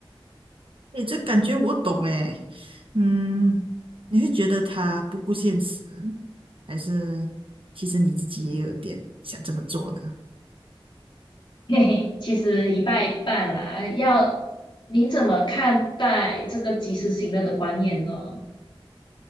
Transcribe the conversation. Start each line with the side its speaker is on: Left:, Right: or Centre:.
Right: 诶，这感觉我懂诶。嗯，你会觉得他不顾现实，还是其实你自己也有点想这么做的？
Left: <laughs> 嘿嘿，其实一半一半啦。要你怎么看待这个及时行乐的观念呢？